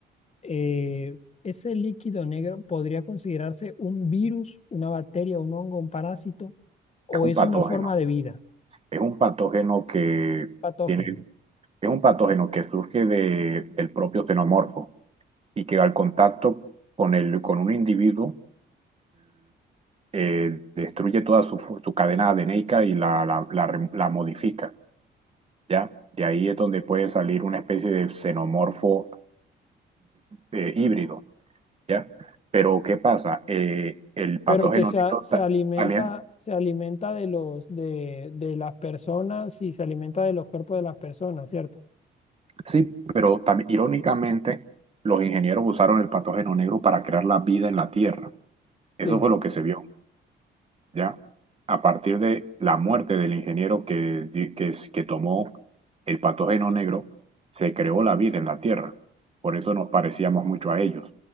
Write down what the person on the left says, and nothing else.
eh, ese líquido negro podría considerarse un virus, una bacteria, un hongo, un parásito, o
es
una forma de vida,
patógeno.
Pero que se,
a- se alimenta,
se alimenta de los, de, de las personas y se alimenta de los cuerpos de las personas, ¿cierto?
Sí.